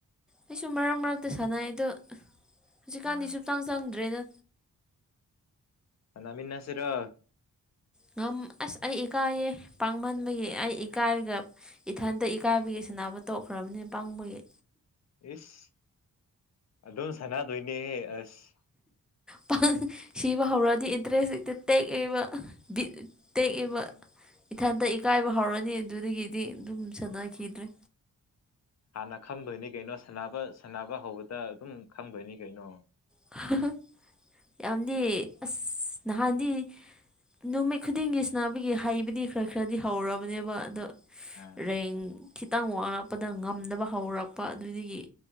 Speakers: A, in the centre; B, on the left.
A: ꯑꯩꯁꯨ ꯃꯔꯛ ꯃꯔꯛꯇ ꯁꯥꯟꯅꯩ ꯑꯗꯣ ꯍꯨꯖꯤꯛꯀꯥꯟꯗꯤ
B: ꯑꯥ
A: ꯁꯨꯞꯆꯪ ꯆꯪꯗ꯭ꯔꯦꯗ
B: ꯁꯥꯟꯅꯃꯤꯟꯅꯁꯤꯔꯣ
A: ꯉꯝ ꯑꯁ ꯑꯩ ꯏꯀꯥꯏꯌꯦ ꯄꯥꯡꯃꯟꯕꯒꯤ ꯑꯩ ꯏꯀꯥꯏꯔꯒ ꯏꯊꯟꯇ ꯏꯀꯥꯏꯕꯒꯤ ꯁꯅꯥ ꯕ ꯇꯣꯛꯈ꯭ꯔꯝꯅꯦ ꯄꯪꯕꯒꯤ
B: ꯏꯁ ꯑꯗꯨꯝ ꯁꯥꯟꯅꯗꯣꯏꯅꯦꯍꯦ ꯑꯁ
A: ꯄꯥꯡ ꯁꯤꯕ ꯍꯧꯔꯛꯑꯗꯤ ꯏꯟꯇ꯭ꯔꯦꯁ ꯍꯦꯛꯇ ꯇꯦꯛꯑꯦꯕ ꯕꯤꯠ ꯇꯦꯛꯑꯦꯕ ꯏꯊꯟꯇ ꯏꯀꯥꯏꯕ ꯍꯧꯔꯅꯤ ꯑꯗꯨꯗꯒꯤꯗꯤ ꯑꯗꯨꯝ ꯁꯥꯟꯅꯈꯤꯗ꯭ꯔꯦ
B: ꯍꯥꯟꯅ ꯈꯪꯗꯣꯏꯅꯤ ꯀꯩꯅꯣ ꯁꯅꯥꯕ ꯁꯥꯟꯅꯕ ꯍꯧꯕꯗ ꯑꯗꯨꯝ ꯈꯪꯗꯣꯏꯅꯤ ꯀꯩꯅꯣ
A: <unintelligible> ꯌꯥꯝꯗꯤ ꯑꯁ ꯅꯍꯥꯟꯗꯤ ꯅꯨꯃꯤꯠ ꯈꯨꯗꯤꯡꯒꯤ ꯁ꯭ꯅꯥꯕꯒꯤ ꯍꯩꯕꯗꯤ ꯈꯔ ꯈꯔꯗꯤ ꯍꯧꯔꯕꯅꯦꯕ ꯑꯗꯣ
B: ꯑꯥ
A: ꯔꯦꯡ ꯈꯤꯇꯪ ꯋꯥꯡꯔꯛꯄꯗ ꯉꯝꯗꯕ ꯍꯧꯔꯛꯄ ꯑꯗꯨꯗꯒꯤ